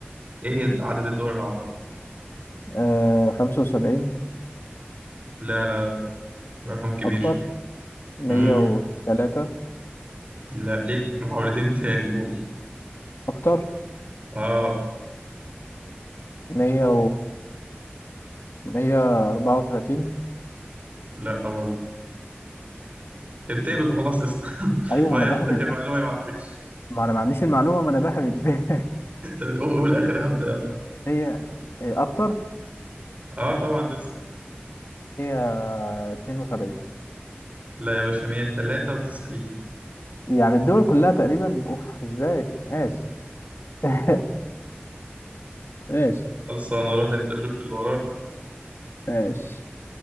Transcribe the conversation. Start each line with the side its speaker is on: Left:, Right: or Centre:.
Right: ايه هي عدد الدول الاعضاء
Left: آه خمسة وسبعين
Right: لا لا لا لا، رقم كبير
Left: أكتر
Right: شويه
Left: مية
Right: امم
Left: وتلاتة
Right: لا ليك محاولتين تاني قول
Left: أكتر
Right: اه
Left: مية 134
Right: لا برضه كانت بتقبض وخلاص يا اسطى <laughs>
Left: ايوه
Right: ما
Left: ما انا
Right: هي عندك
Left: بهبد
Right: المعلومه
Left: بقى.
Right: يا ما عندكش
Left: ما انا ما عنديش المعلومه ما انا بهبد
Right: <laughs> انت قول اخر هبدا يلا
Left: <laughs> هي اكتر
Right: اه طبعا لسه
Left: 172
Right: لا يا باشا 193
Left: يعني الدول كلها تقريبا اوف ازاي ماشي <laughs> ماشي
Right: خلاص انا اروح انت شوف اللي
Left: ماشي